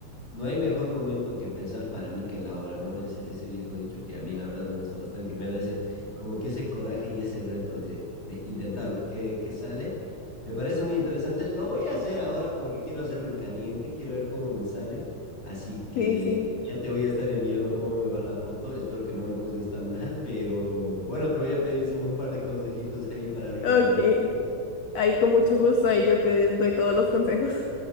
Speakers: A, on the left; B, on the left.
A: no hay mejor momento que empezar para mí que la hora, ¿no? Ese, ese viejo dicho que a mí la verdad me gusta bastante y me da ese, como que ese coraje y ese reto de, de intentarlo, que, que sale. Me parece muy interesante. Lo voy a hacer ahora porque quiero hacerlo en caliente, quiero ver cómo me sale. Así que
B: Sí, sí.
A: ya te voy a estar enviando cómo me va la foto. Espero que no me juzgues tan mal, pero bueno, te voy a pedir sino un par de consejitos ahí para arreglarlo.
B: Ok.
A: <laughs>
B: Ahí con mucho gusto, ahí yo te doy todos los consejos.